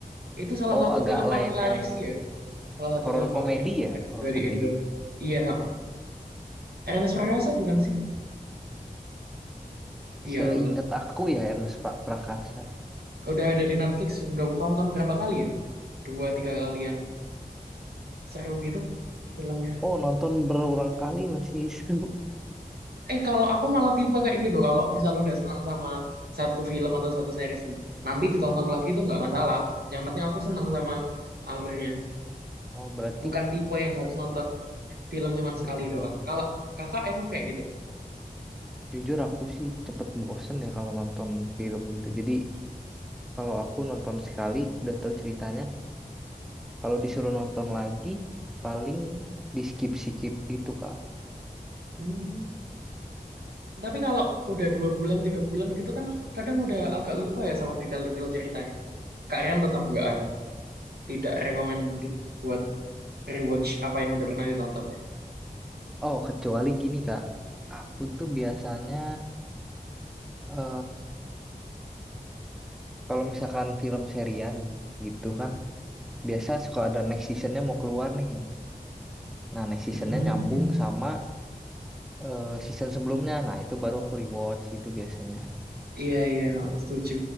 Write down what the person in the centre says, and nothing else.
Oh
agak
lain
yang
horor
komedi
ya,
horor
komedi.
Seingat
aku ya Ernest Pak Prakarsa.
Oh, nonton berulang kali masih seru.
Oh, berarti
oh,
jujur aku sih cepet bosen ya kalau nonton film gitu. Jadi kalau aku nonton sekali udah tahu ceritanya, kalau disuruh nonton lagi paling di skip-skip gitu, Kak.
Oh, kecuali gini, Kak. Aku tuh biasanya eh kalau misalkan film serian gitu kan biasa suka ada next seasonnya mau keluar nih Nah, next seasonnya
nyambung sama eh, season sebelumnya. Nah, itu baru aku rewatch gitu biasanya.